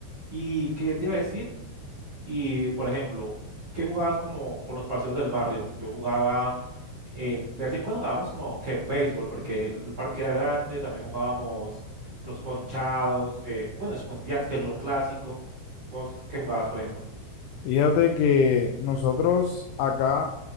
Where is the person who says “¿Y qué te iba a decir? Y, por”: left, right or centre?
Right